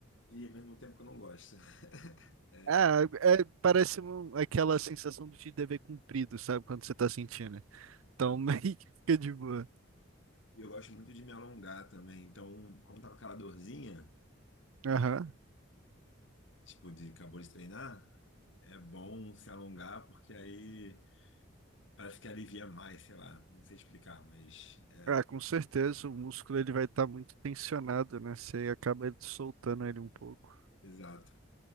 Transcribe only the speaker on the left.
e ao mesmo tempo que eu não gosto. <laughs>
Ah,
E eu gosto muito de me alongar também, então, como tá com aquela dorzinha,
tipo, de acabou de treinar, é bom se alongar porque aí parece que alivia mais, sei lá, não sei explicar, mas... é,
Exato.